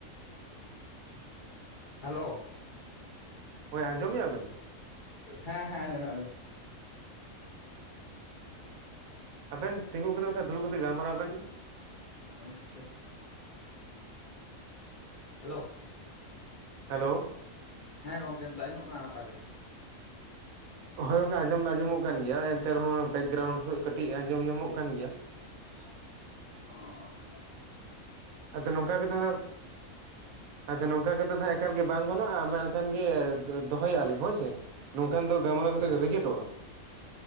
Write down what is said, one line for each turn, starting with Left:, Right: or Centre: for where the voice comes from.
Left: <unintelligible> <inaudible> ᱦᱮᱞᱳ
Right: ᱦᱳᱭ ᱟᱸᱡᱚᱢᱮᱫᱼᱟ ᱵᱮᱱ
Left: ᱦᱮᱸ ᱦᱮᱸ ᱟᱸᱡᱚᱢᱮᱜ-ᱟᱞᱤᱧ,
Right: ᱟᱵᱮᱱ ᱛᱤᱸᱜᱩ ᱠᱟᱛᱮᱫ ᱵᱟᱠᱷᱟᱡ ᱫᱩᱲᱩᱵ ᱠᱟᱛᱮᱫ ᱜᱟᱞᱢᱟᱨᱟᱣ ᱵᱮᱱ,
Left: ᱟᱪᱪᱷᱟ ᱦᱮᱞᱳ,
Right: ᱦᱮᱞᱳ
Left: ᱦᱮᱸ ᱜᱚᱝᱠᱮ ᱱᱤᱛᱚᱜ ᱟᱡᱚᱢᱚᱜ ᱠᱟᱱᱟ ᱱᱟᱯᱟᱭ ᱛᱮ
Right: ᱦᱳᱭ ᱜᱚᱝᱠᱮ ᱟᱸᱡᱚᱢ ᱫᱚ ᱟᱸᱡᱚᱢ ᱚᱜ ᱠᱟᱱ ᱜᱮᱭᱟ ᱮᱱᱛᱮ ᱨᱮᱦᱚᱸ ᱵᱮᱠᱜᱨᱟᱣᱩᱱᱰ ᱠᱷᱚᱡ ᱠᱟᱹᱴᱤᱡ ᱟᱸᱡᱚᱢ ᱧᱟᱢᱚᱜ ᱠᱟᱱ ᱜᱮᱭᱟ,
Left: <unintelligible> ᱚᱻ
Right: ᱟᱫᱚ ᱱᱚᱝᱠᱟ ᱠᱟᱛᱮ ᱱᱟᱜ ᱟᱫᱚ ᱱᱚᱝᱠᱟ ᱠᱟᱛᱮ ᱫᱚ ᱮᱠᱟᱞ ᱜᱮ ᱵᱟᱝ ᱜᱟᱱᱚᱜᱼᱟ ᱢᱮᱱᱠᱷᱟᱱ ᱠᱷᱟᱱ ᱜᱮ ᱫᱚᱦᱚᱭᱮᱜᱼᱟ ᱞᱤᱧ ᱦᱳᱭ ᱥᱮ ᱱᱚᱝᱠᱟᱱ ᱫᱚ ᱜᱟᱞᱢᱟᱨᱟᱣ
Left: ᱦᱮᱸ
Right: ᱠᱟᱛᱮᱫ ᱨᱤᱡᱮᱴᱚᱜᱼᱟ,